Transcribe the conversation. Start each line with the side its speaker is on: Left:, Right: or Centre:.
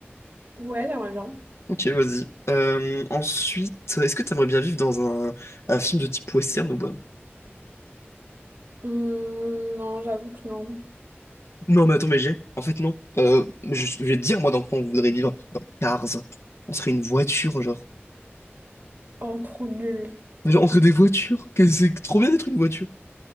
Right: Ouais, j'aimerais bien.
Left: Ok, vas-y. Euh, ensuite, est-ce que t'aimerais bien vivre dans un, un film de type western ou pas?
Right: Hmm, non, j'avoue que non.
Left: Non, mais attends, mais j'ai. En fait, non. Euh, mais je, je vais te dire, moi, dans quoi on voudrait vivre. Dans Cars. On serait une voiture, genre.
Right: Oh, trop nul.
Left: Mais genre, on serait des voitures. Qu'est-ce que C'est trop bien d'être une voiture.